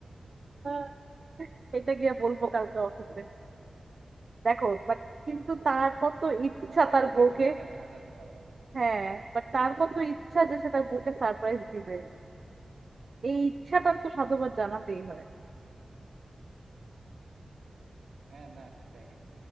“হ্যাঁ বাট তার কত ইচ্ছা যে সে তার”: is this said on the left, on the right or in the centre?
Right